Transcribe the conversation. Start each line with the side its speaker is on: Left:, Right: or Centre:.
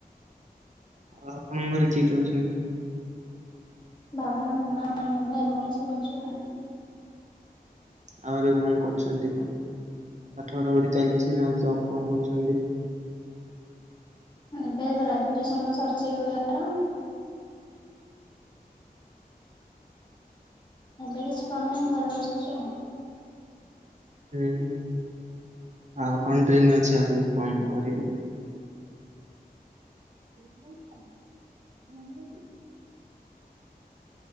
Right: ଆପଣଙ୍କ ଘରେ କିଏ କିଏ ଅଛନ୍ତି?
Left: ବାବା ମାମା ଆମେ ଭାଇ ଭଉଣୀ ସବୁ ଅଛୁ।
Right: ଆଉ ଏବେ କଣ କରୁଚନ୍ତି କ ପାଠ ପଢା ପଢି ଚାଲିଚି ନା ଜବ୍ କଣ କରୁଚନ୍ତି?
Left: ଏବେ ଗ୍ରାଜୁଏସନ୍ ସରିଚି <inaudible> ଏବେ କିଛି କରନି ଘରେ ବସିଚି।
Right: ହୁଁ ହୁଁ। <inaudible> ଆଉ କଣ ଡ୍ରିମ୍ ଅଛି ଆଗକୁ କଣ କରିବେ? <unintelligible>